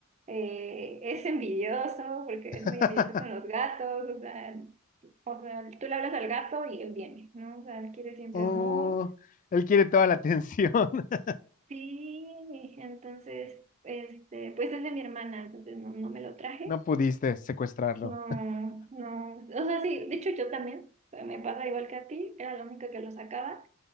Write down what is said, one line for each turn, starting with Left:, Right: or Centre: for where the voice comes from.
Right: eh, es envidioso, porque
Left: <laughs>
Right: es muy envidioso con los gatos, o sea, o sea, tú le hablas al gato y él viene, ¿no? O sea, él quiere siempre
Left: Oh,
Right: amor.
Left: él quiere toda la atención. <laughs>
Right: Sí, entonces, este, pues es de mi hermana, entonces no, no me lo traje.
Left: No pudiste secuestrarlo.
Right: No, no, o sea, sí, de hecho yo también, eh, me pasa igual que a ti, era la única que lo sacaba